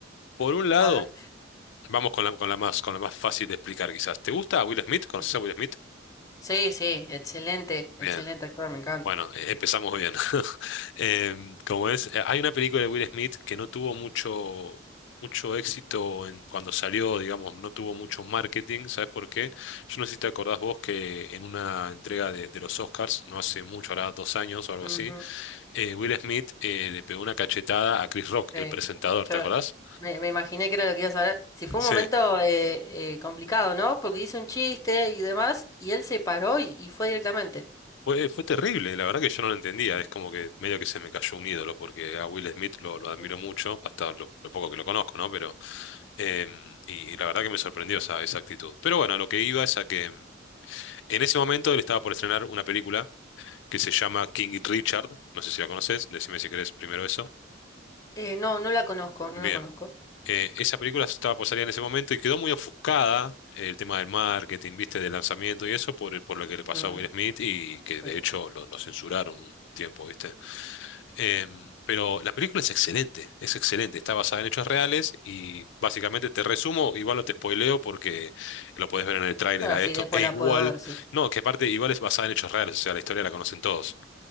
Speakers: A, on the left; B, on the left.
A: Por un lado,
B: A ver.
A: vamos con la, con la más, con la más fácil de explicar quizás. ¿Te gusta Will Smith? ¿Conoces
B: Sí,
A: a Will Smith?
B: sí, sí, excelente, excelente
A: Bien.
B: actor, me encanta.
A: Bueno, eh, empezamos bien. <laughs> Em, como es, eh, hay una película de Will Smith que no tuvo mucho, mucho éxito en, cuando salió, digamos, no tuvo mucho marketing. ¿Sabes por qué? Yo no sé si te acordás vos que en una entrega de, de los Oscars, no hace mucho, ahora dos años o algo
B: Ujú,
A: así, eh, Will Smith eh, le pegó una cachetada a Chris Rock,
B: Sí.
A: el presentador,
B: Yo
A: ¿te acordás?
B: me, me imaginé que era lo que ibas a hablar. Si fue
A: Sí.
B: un momento eh, eh, complicado, ¿no? Porque hizo un chiste y demás y él se paró y, y fue directamente.
A: Fue, fue terrible, la verdad que yo no lo entendía,
B: Sí.
A: es como que medio que se me cayó un ídolo, porque a Will Smith lo, lo admiro
B: Mm.
A: mucho, hasta lo, lo poco que lo conozco, ¿no? Pero, eh, y la verdad que me sorprendió esa, esa actitud. Pero bueno, lo que iba es a que em, en ese momento él estaba por estrenar una película que se llama King Richard, no sé si la conoces, decime si querés primero eso.
B: Eh, no, no la conozco, no
A: Bien,
B: la conozco.
A: eh, esa película estaba por salir en ese momento y quedó muy ofuscada. eh, El tema del marketing, viste, del lanzamiento y eso por, por lo que le pasó
B: Mm,
A: a Will Smith y que
B: sí.
A: de hecho lo, lo censuraron un tiempo, ¿viste? Em, pero la película es excelente, es excelente, está basada en hechos reales y básicamente te resumo, igual no te spoileo porque lo puedes ver en el tráiler
B: ah
A: a
B: sí,
A: esto,
B: después
A: e igual,
B: la puedo ver, sí.
A: no, que aparte igual es basada en hechos reales, o sea, la historia la conocen todos.